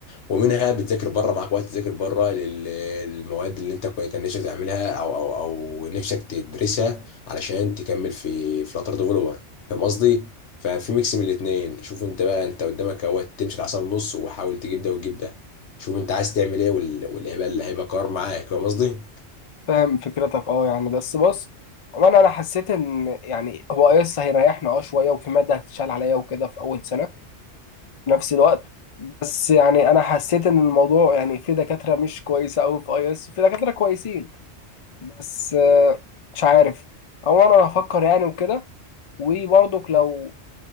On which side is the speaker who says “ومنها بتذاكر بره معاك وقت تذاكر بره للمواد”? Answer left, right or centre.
Left